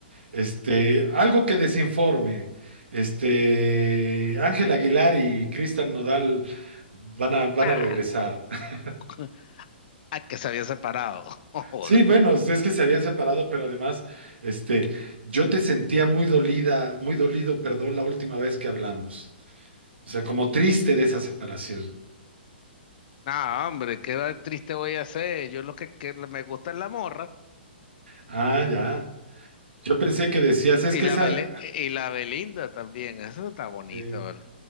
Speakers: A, on the right; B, on the left.
A: Este, algo que desinforme. Este, Ángel Aguilar y Cristian Nodal van a, van
B: Claro,
A: a regresar. <laughs>
B: <laughs> hay que se había separado. <laughs>
A: Sí, bueno, es que se habían separado, pero además, este, yo te sentía muy dolida, muy dolido, perdón, la última vez que hablamos. O sea, como triste de esa separación.
B: Ah, hombre, qué va- triste voy a ser. Yo lo que, que me gusta es la morra
A: Ah, ya. Yo pensé que decías, es
B: y
A: que
B: la,
A: esa,
B: Bele- y la Belinda también. Esa está bonita,
A: eh,
B: ¿vale?